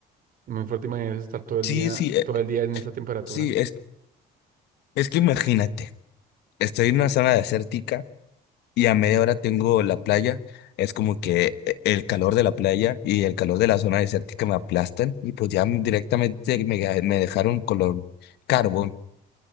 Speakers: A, on the right; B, on the left.
A: Muy fuerte, imagínate estar todo el
B: Sí,
A: día,
B: sí, eh,
A: todo el día en esa temperatura.
B: sí, es, es que imagínate, estoy en una zona desértica y a media hora tengo la playa. Es como que eh, el calor de la playa y el calor de la zona desértica me aplastan y pues ya directamente me, ga- me dejaron color carbón.